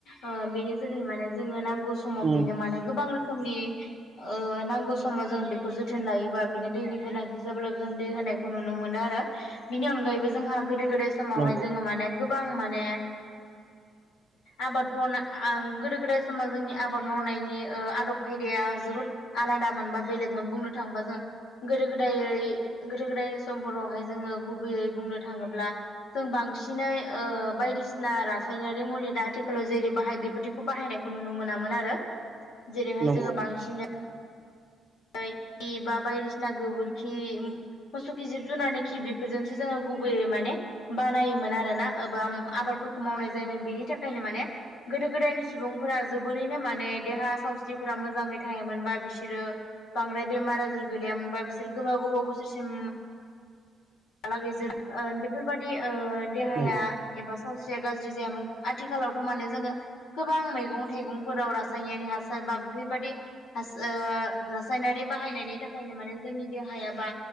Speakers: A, on the left (about 85°); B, on the right (about 35°).
A: ओ बेनि जोहै माने जोङो नांगौ गौ समाव
B: उम
A: बेनो माने गोबां रोखोमनि ओ नांगौ समाव जों बेखौ जोथोन लायोबा बिनो दैनि गोनांथि जाब्लाबो जों दै होनाय खौ नुनो मोनो आरो। बिनि अनगायैबो जोंहा गोदो गोदाय समावहाय
B: नंगौ
A: जोङो माने गोबां माने माने
B: <inaudible>
A: आबादफोर गोदो गोदाय समाव जोंनि आबाद मावनायनि ओ आदब खायदाया जोबोद आदामोन बा बेलेगमोन बुंनो थाङोबा जों गोदो गोदायै गोदो गोदाय समफोरावहाय जोङो गुबैयै बुंनो थाङोब्ला जों बांसिनै बायदिसिना रासायनारि मुलि दा आथिखालाव जेरै बाहाय बेफोरदिखौ बाहायनायखौ नुनो मोनामोन आरो।
B: <inaudible>
A: जेरैहाय
B: नंगौ
A: जोङो
B: नंगौ
A: बांसिन खि बा बायदिसिना गोबोरखि मोसौ खि जिब जुनारनि खि बेफोरजोंसो जोङो गुबैयै माने बानायोमोन आरोना एबा आबादफोरखौ मावनाय जायोमोन बेनि थाखायनो माने गोदो गोदायनि सुबुंफोरा जोबोरैनो माने देहा सावस्रिफोरा मोजाङै थायोमोनबा बिसोरो बांद्राय बेमार आजार गोलैयामोनबा बिसोर गोबाव गोबाव बोसोरसिम बालागेजेर ओ बेफोरबायाददि ओ देहाया
B: नंगौ
A: एबा सावस्रि गाज्रि जायामोन आथिखालावथ' माने जोङो गोबां मैगं थाइगंफोराव रासायनारि हासार बाब बेफोरबायदि ओ रासायनारि बाहायनायनि थाखायनो माने जोंनि देहायाबा